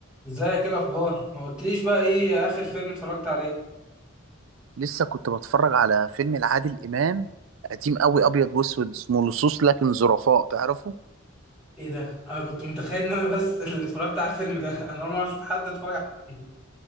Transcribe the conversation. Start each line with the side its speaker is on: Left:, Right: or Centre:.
Centre: ازيك ايه الاخبار ما قلتليش بقى ايه اخر فيلم اتفرجت عليه
Right: لسه كنت بتفرج على فيلم لعادل إمام قديم قوي أبيض وأسود اسمه لصوص لكن ظرفاء تعرفه؟
Centre: ايه ده انا كنت متخيل ان انا بس <laughs> اللي اتفرجت على الفيلم ده انا اول مره اشوف حد اتفرج على الفيلم